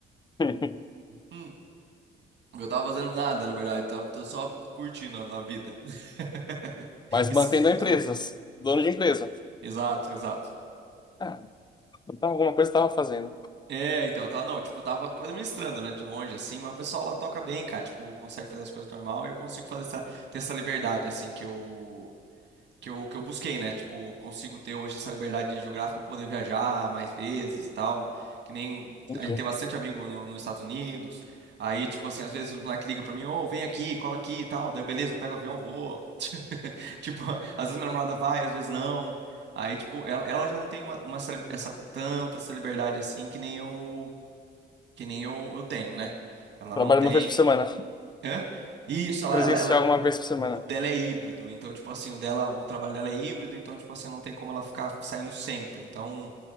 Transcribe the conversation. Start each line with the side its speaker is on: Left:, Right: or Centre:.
Left: <laughs>
Right: Hum. Eu tava fazendo nada, na verdade. Tava, tô só curtindo a a vida. <laughs>
Left: Mas
Right: Esses
Left: mantendo
Right: últimos
Left: a empresa,
Right: tempos.
Left: dono de empresa.
Right: Exato, exato.
Left: Ah, então alguma coisa estava fazendo.
Right: É, então, tá, não, tipo, tava administrando, né, de longe, assim, mas o pessoal lá toca bem, cara, tipo, consegue fazer as coisas normal e eu consigo fazer essa, ter essa liberdade, assim, que eu, que eu, que eu busquei, né, tipo, consigo ter hoje essa liberdade geográfica pra poder viajar mais vezes e tal, que nem,
Left: Entendi.
Right: a gente tem bastante amigo no- nos Estados Unidos, aí, tipo, assim, às vezes o moleque liga pra mim, ô, vem aqui, cola aqui e tal, daí, beleza, eu pego o avião, vou, <laughs> tipo, às vezes minha namorada vai, às vezes não, aí, tipo, ela, ela já não tem uma, uma essa, essa tanta, essa liberdade, assim, que nem eu que nem eu, eu tenho, né? Ela
Left: Trabalho
Right: não tem.
Left: uma vez por semana.
Right: Hã? Isso, ela,
Left: Presencial
Right: ela, ela-
Left: uma vez por semana.
Right: o dela é híbrido, então, tipo assim, o dela, o trabalho dela é híbrido, então, tipo assim, não tem como ela ficar saindo sempre. Então,